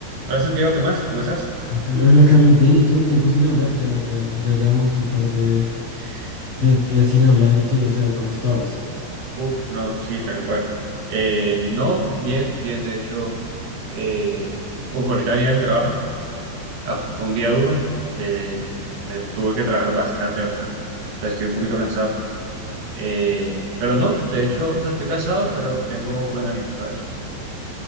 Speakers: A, on the right; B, on the left.
A: Hola Santiago, ¿qué más? ¿Cómo estás?
B: Hola Carlos, bien, ¿y tú? Tiempo sin hablar, ya, ya, ya llevamos un par de, de días sin hablar y quería saber cómo estabas.
A: Uf, no, sí, tal cual. Eh, no, bien, bien, de hecho, eh, uf, ahorita venía del trabajo, ah, fue un día duro, eh, te- tuve que trabajar bastante, bastante, entonces estoy un poquito cansado, Eh, pero no, de hecho, o sea, estoy cansado, pero tengo buen ánimo, ¿sabes?